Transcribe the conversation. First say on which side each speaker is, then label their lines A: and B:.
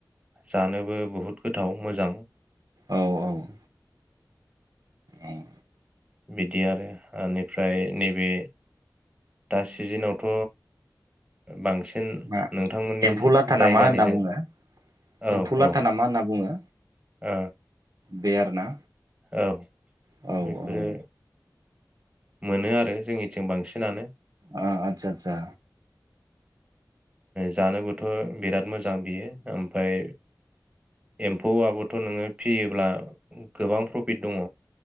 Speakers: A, on the right; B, on the right.
A: जानोबो बहुत गोथाव मोजां।
B: औ औ उम
A: बिदि आरो बेनिफ्राय नैबे दा सिजेनावथ बांसिन
B: मा
A: नोंथांमोननि
B: एम्फौ लाथानामा
A: जायगानिजों
B: होनना बुङो
A: औ
B: एम्फौ लाथानामा
A: औ
B: होनना बुङो।
A: ओ
B: बे आरोना।
A: औ
B: औ औ
A: बेफोरो मोनो आरो जोंनिथिं बांसिनानो।
B: अ आतसा आतसा
A: जानोबोथ बिराद मोजां बियो ओमफ्राय एम्फौआबोथ' नोङो फियोब्ला गोबां प्रफिट दंङ।